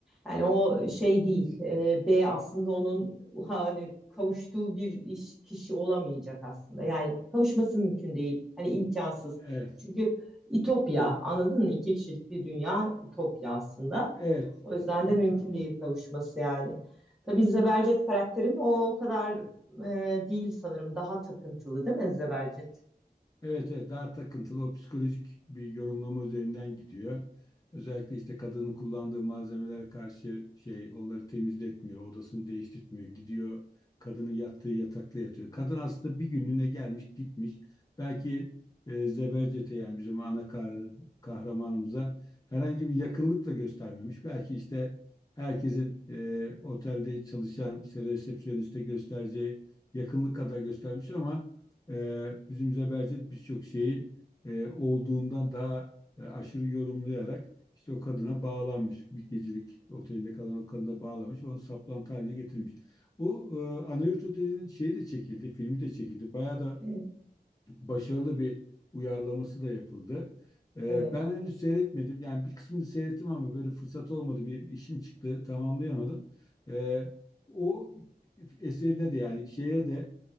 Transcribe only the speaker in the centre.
Yani o şey değil. E, B aslında onun hani kavuştuğu bir iş kişi olamayacak aslında. Yani kavuşması mümkün değil. Hani imkansız.
Çünkü İtopya anladın mı? İki kişilik bir dünya İtopya aslında.
O yüzden
de mümkün
değil kavuşması yani. Tabii Zebercet karakterin o, o kadar e, değil sanırım. Daha takıntılı değil mi Zebercet?
Evet.
Evet.